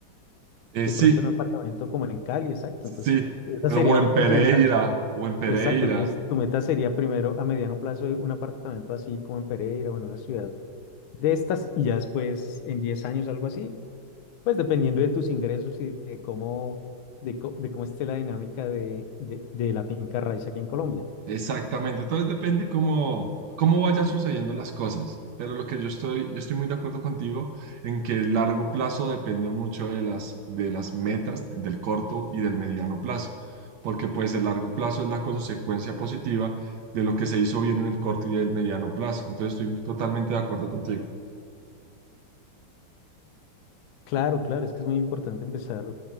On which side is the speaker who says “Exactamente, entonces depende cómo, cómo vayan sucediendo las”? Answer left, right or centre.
Right